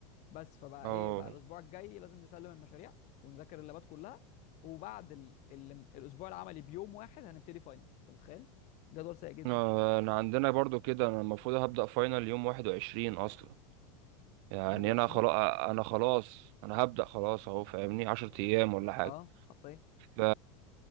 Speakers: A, on the left; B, on the right.
A: بس فبقى
B: اه
A: ايه بقى الاسبوع الجاي لازم نسلم المشاريع ونذاكر اللابات كلها وبعد ال... ال... الاسبوع العملي بيوم واحد هنبتدي فاينل انت متخيل جدول سيء جدا
B: آه، انا عندنا برضو كده انا المفروض هبدأ فاينل يوم 21 اصلا يعني
A: 21
B: انا خلاص انا خلاص انا هبدأ خلاص اهو فاهمني 10 ايام ولا حاجة
A: اه حرفيا
B: ف